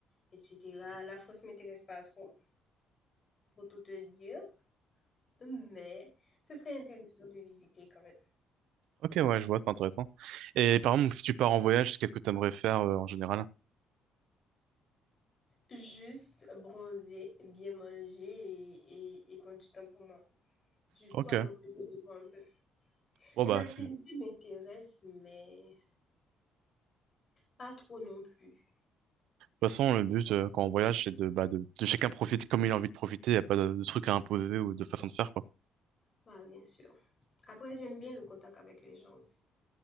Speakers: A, on the left (about 25°); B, on the right (about 80°).
A: et cetera. La France m'intéresse pas trop. pour tout te dire, mais ce serait intéressant de visiter quand même.
B: Ok, ouais, je vois, c'est intéressant. Et par exemple, si tu pars en voyage, qu'est-ce que tu aimerais faire euh, en général?
A: Juste bronzer, bien manger et, et, et prendre du temps pour moi. Du
B: Ok.
A: poids à l'opposé de toi un peu.
B: Bon,
A: Les
B: bah,
A: activités
B: c'est- de toute
A: m'intéressent, mais pas trop non plus.
B: façon, le but euh, quand on voyage, c'est de, bah, de, de chacun profite comme il a envie de profiter. Il n'y a pas de, de truc à imposer ou de façon de faire, quoi.
A: Bah, bien sûr. Après, j'aime bien le contact avec les gens aussi.